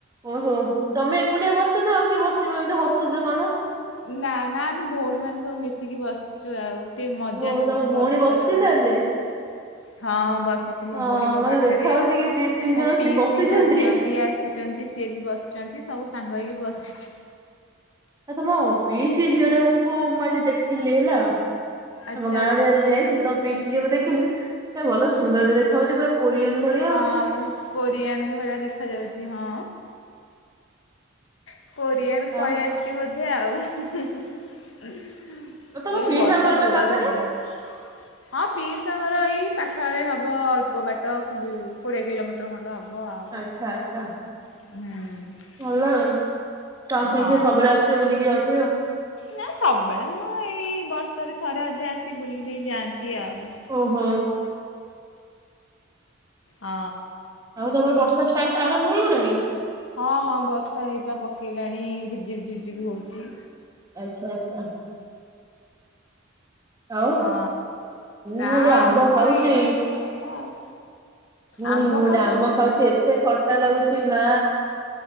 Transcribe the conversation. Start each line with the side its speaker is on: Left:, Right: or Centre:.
Right: ଓହୋ ତମେ ଏକୁଟିଆ ବସନ ଆଉ କିଏ ବସିବ ଏମିତି ହସୁଛ କଣ?
Left: ନା ନା ଆମେ ଭଉଣୀ ମାନେ ସବୁ ମିଶିକି ବସି ଚୁ ଆଉ ଟିକେ ମଜା
Right: ଓ
Left: ନଉଛୁ
Right: ତମ ଭଉଣୀ
Left: ବର୍ଷ
Right: ବସିଛି
Left: ର ଆଉ।
Right: ତାହେଲେ
Left: ହଁ ବସିଛି ମୋ
Right: ଅ
Left: ଭଉଣୀ ମୋ
Right: ମତେ
Left: ପାଖରେ
Right: ଦେଖା ହଉଛି କି ଦି ତିନି
Left: ମୋ
Right: ଜଣ ସେଠି
Left: ପିଇସିଙ୍କ
Right: ବସିଛନ୍ତି
Left: ଝିଅ ବି ଆସିଛନ୍ତି। ଯେ ସିଏ ବି ବସିଛନ୍ତି ସବୁ ସାଙ୍ଗ ହେଇକି ବସିଚୁ।
Right: ଆ ତମ ପିଇସ୍ ଝିଅ ଟାଙ୍କୁ ମୁଁ ଆଜି ଦେଖିଲି ହେଲା।
Left: ଆଚ୍ଛା
Right: ଆମ ଗାଁ ଆଡେ ଆଜି ଯାଇଥିଲୁ ତମ ପିଇସି ଝିଅକୁ ଦେଖିଲି ଏ ଭଲ ସୁନ୍ଦର ଟେ ଦେଖା ହୋଉଛି ପୁରା। କୋରିଆନ୍ ଭଳି।
Left: ହଁ
Right: ଆଉ
Left: କୋରିଆନ ଭଳିଆ ଦେଖାଯାଉଛି ହଁ। କୋରିଆରୁ ପଳେଇ
Right: ଆଉ
Left: ଆସିଛି ବୋଧେ ଆଉ।
Right: ତ ତମ
Left: ଏ
Right: ପିଇସା
Left: ବର୍ଷା
Right: ଘର
Left: ଜୋରରେ
Right: ପା ପାଖରେ।
Left: ହେଲା। ହଁ ପିଇସା ଘର ଏଇ ପାଖରେ ହବ ଅଳ୍ପ ବାଟ କୋଡ଼ିଏ କିଲୋମିଟର। ତ କଣ ଟେ ହବ ଆଉ।
Right: ଆଚ୍ଛା ଆଚ୍ଛା।
Left: ହୁଁ।
Right: ଭଲ ଆଉ ତମ୍ ପିଇସା
Left: ହଁ।
Right: ସବୁବେଳେ ଆସୁଥିବେ ବୁଲିକି ଯାଉଥିବେ ଆଉ।
Left: ନା ସବୁବେଳେ ନୁହ ଏଇ ବର୍ଷରେ ଥରେ ଅଧେ ଆସି ବୁଲି ଦେଇ ଯାଆନ୍ତି ଆଉ।
Right: ଓହୋ।
Left: ଅ
Right: ହଉ ତମର ବର୍ଷା ଷ୍ଟାର୍ଟ ଆରମ୍ଭ ହେଇଗଲାଣି।
Left: ହଁ ହଁ ବର୍ଷା ହେଇବା ପକାଇଲାଣି ଝିପଝିପ ଝିଝି ହେଉଛି।
Right: ଆଚ୍ଛା ଆଚ୍ଛା। ଆଉ
Left: ହଁ
Right: ମୁଁ
Left: ଆ
Right: ଗୋଟେ
Left: ଆଉ
Right: ଆମ୍ବ
Left: କଣ
Right: ଖାଉଛି
Left: ଏଇଭଳିଆ ସବୁ କଥା ଆଉ।
Right: ପୁଣି
Left: ଆମ୍ବ
Right: ମୁଁ ଗୋଟେ
Left: ଖାଉଛନ୍ତି?
Right: ଆମ୍ବ ଖାଉଛି ଏତେ ଖଟା ଲାଗୁଛି ମା।